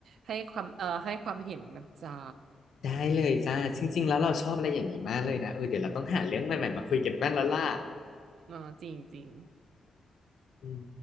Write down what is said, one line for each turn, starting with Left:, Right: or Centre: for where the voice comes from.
Right: ให้ความเอ่อให้ความเห็นนะจ๊ะ
Left: ได้เลยจ้าจริงๆแล้วเราชอบอะไรอย่างนี้มากเลยนะเออเดี๋ยวเราต้องหาเรื่องใหม่ๆมาคุยกันบ้างแล้วล่ะ
Right: เออจริงจริง
Left: อืม